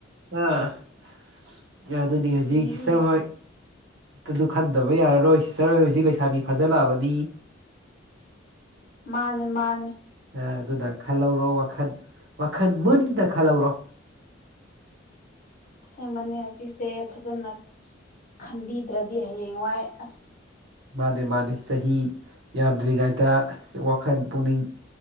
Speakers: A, on the right; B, on the left.
A: ꯑꯥ ꯑꯗꯨꯅꯤ ꯍꯧꯖꯤꯛ
B: ꯌꯦꯡꯗꯤ
A: ꯁꯤꯁꯇꯔ ꯍꯣꯏ ꯑꯗꯨ ꯈꯟꯗꯕ ꯌꯥꯔꯔꯣꯏ ꯁꯤꯁꯇꯔ ꯍꯣꯏ ꯍꯧꯖꯤꯛ ꯂꯩꯁꯥꯕꯤ ꯐꯥꯖꯤꯜꯂꯛꯑꯕꯅꯤ꯫
B: ꯃꯥꯅꯦ ꯃꯥꯅꯦ
A: ꯑꯗꯨꯅ ꯈꯜꯍꯧꯔꯣ ꯋꯥꯈꯜ -ꯋꯥꯈꯜ ꯃꯨꯟꯅ ꯈꯜꯍꯧꯔꯣ꯫
B: ꯑꯁꯦꯡꯕꯅꯦ ꯍꯧꯖꯤꯛꯁꯦ ꯐꯖꯅ ꯈꯟꯕꯤꯗ꯭ꯔꯗꯤ ꯍꯌꯦꯡꯋꯥꯏ ꯑꯁ
A: ꯃꯥꯅꯦ- ꯃꯥꯅꯦ ꯆꯍꯤ ꯌꯥꯝꯗ꯭ꯔꯤꯉꯩꯗ ꯋꯥꯈꯜ ꯄꯨꯛꯅꯤꯡ